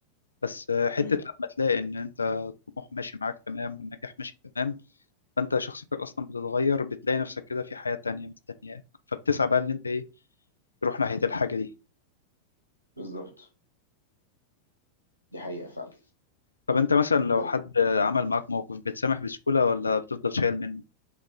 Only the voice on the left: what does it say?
بس حتة
لما تلاقي إن أنت الطموح ماشي معاك تمام والنجاح ماشي تمام فانت شخصيتك اصلا بتتغير بتلاقي نفسك كده في حياة تانية مستنياك فبتسعى بقى ان انت ايه تروح ناحية الحاجة دي
طب انت مثلا لو
حد عمل معاك موقف بتسامح بسهولة ولا بتفضل شايل منه